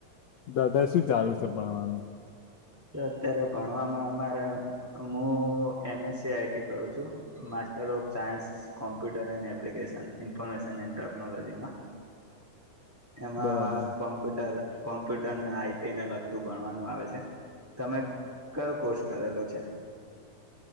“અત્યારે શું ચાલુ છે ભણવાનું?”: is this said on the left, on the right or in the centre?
Left